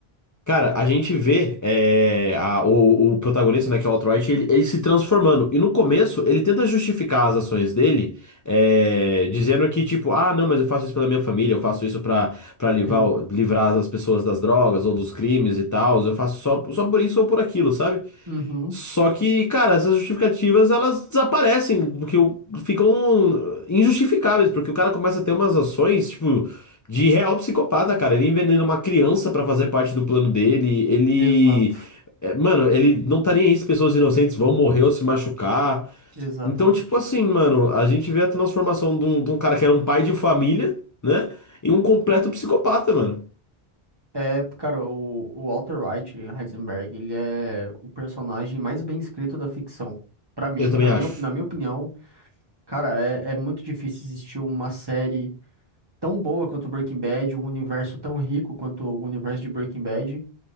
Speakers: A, on the left (about 30°); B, on the right (about 25°).
A: Cara, a gente vê é, a- o, o protagonista, né, que é o Alt-Right, ele, ele se transformando. E no começo, ele tenta justificar as ações dele, é, dizendo que, tipo, ah, não, mas eu faço isso pela minha família, eu faço isso pra, pra livrar,
B: Sim.
A: livrar as pessoas das drogas ou dos crimes e tal, eu faço só, só por isso ou por aquilo, sabe?
B: Uhum,
A: Só que, cara, essas justificativas elas desaparecem, porque o- ficam injustificáveis, porque o cara começa a ter umas ações, tipo, de real psicopata, cara. Ele envenena uma criança pra fazer parte do plano dele, ele.
B: exato,
A: é, mano, ele não tá nem aí se pessoas inocentes vão morrer ou se machucar.
B: exatamente.
A: Então, tipo assim, mano, a gente vê a transformação de um, de um cara que era um pai de família, né? Em um completo psicopata, mano.
B: É, cara, o, o Walter White, Heisenberg, ele é o personagem mais bem escrito da ficção. Pra mim,
A: Eu também
B: na minha,
A: acho.
B: na minha opinião, cara, é, é muito difícil existir uma série tão boa quanto Breaking Bad, um universo tão rico quanto o universo de Breaking Bad,